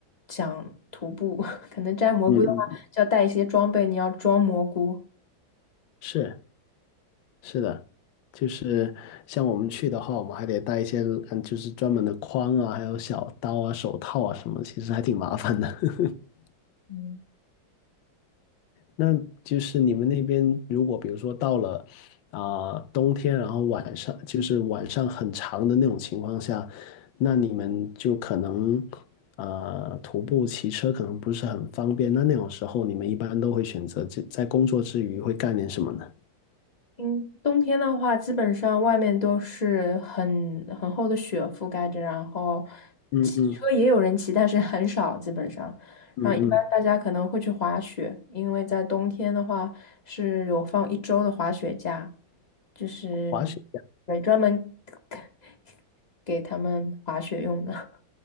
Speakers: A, on the left; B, on the left.
A: 想徒步，<laughs> 可能摘蘑菇的话，
B: 嗯嗯，
A: 就要带一些装备，你要装蘑菇。
B: 是。是的，就是像我们去的话，我们还得带一些嗯，就是专门的筐啊，还有小刀啊、手套啊什么，其实还挺麻烦的。<laughs>
A: 嗯
B: 那就是你们那边，如果比如说到了啊、冬天，然后晚上就是晚上很长的那种情况下，那你们就可能呃徒步、骑车可能不是很方便。那那种时候，你们一般都会选择在在工作之余会干点什么呢？
A: 嗯，冬天的话，基本上外面都是很很厚的雪覆盖着，然后
B: 嗯嗯
A: 骑车也有人骑，但是很少，基本上。
B: 嗯嗯，
A: 然后一般大家可能会去滑雪，因为在冬天的话是有放一周的滑雪假，就是
B: 滑雪。
A: 对专门 <laughs> 给他们滑雪用的。